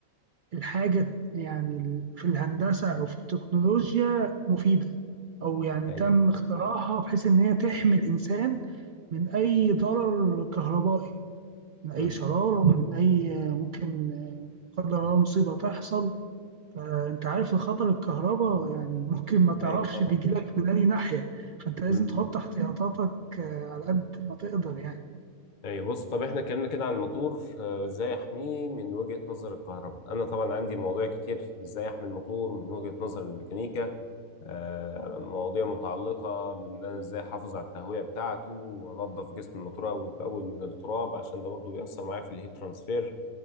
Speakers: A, on the right; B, on the left.
A: الحاجة يعني ال- في الهندسة أو في التكنولوجيا مفيدة أو يعني
B: ايوه
A: تم اختراعها بحيث إن هي تحمي الإنسان من أي ضرر كهربائي من أي
B: مم.
A: شرارة من أي ممكن لا قدر الله مصيبة تحصل فأنت عارف الخطر الكهرباء يعني ممكن ما تعرفش
B: ايوه طبعا
A: بيجيلك من أي ناحية فأنت لازم
B: مم.
A: تحط احتياطاتك على قد ما تقدر يعني
B: اي بص طب احنا اتكلمنا كده عن الموتور آه، ازاي احميه من وجهة نظر الكهرباء انا طبعا عندي مواضيع كتير ازاي احمي الموتور من وجهة نظر الميكانيكا آه، مواضيع متعلقة بان انا ازاي احافظ على التهوية بتاعته وانضف جسم الموتور اول باول من التراب عشان ده برضو بيأثر معايا في الهيت ترانسفير